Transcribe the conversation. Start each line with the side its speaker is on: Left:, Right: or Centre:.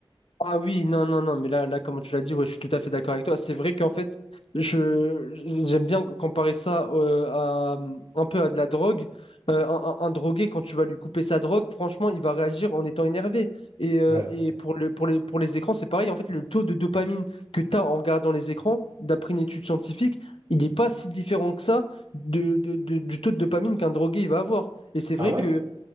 Left: Ah oui, non, non, non, mais là, là, comme tu l'as dit, ouais, je suis tout à fait d'accord avec toi. C'est vrai qu'en fait, je j'aime bien comparer ça euh, à hum, un peu à de la drogue. Euh, un, un- un drogué, quand tu vas lui couper sa drogue, franchement, il va réagir en étant énervé. Et, euh,
Right: Ouais.
Left: et pour le, pour les, pour les écrans, c'est pareil. En fait, le taux de dopamine que tu as en regardant les écrans, d'après une étude scientifique, il n'est pas si différent que ça de, de- de- du taux de dopamine qu'un drogué il va avoir. Et c'est vrai
Right: Ah ouais?
Left: que